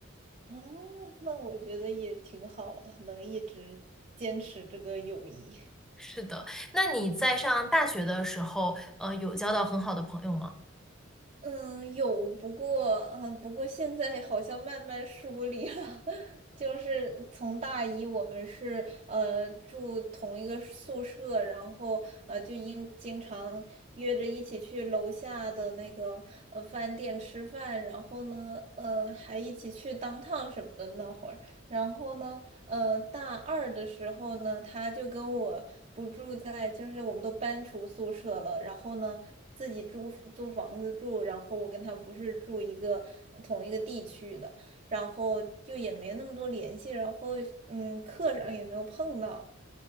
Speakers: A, on the right (about 35°); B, in the centre.
A: 哦，那我觉得也挺好的，能一直坚持这个友谊。
B: 是的，那你在上大学的时候，呃，有交到很好的朋友吗？
A: 嗯，有，不过，嗯，不过现在好像慢慢疏离了。<laughs> 就是从大一，我们是呃住同一个宿舍，然后呃就因经常约着一起去楼下的那个呃饭店吃饭，然后呢，呃还一起去当趟什么的那会儿，然后呢，呃大二的时候呢，他就跟我不住在，就是我们都搬出宿舍了，然后呢。自己租租房子住，然后我跟他不是住一个呃同一个地区的，然后就也没那么多联系，然后嗯，课上也没有碰到，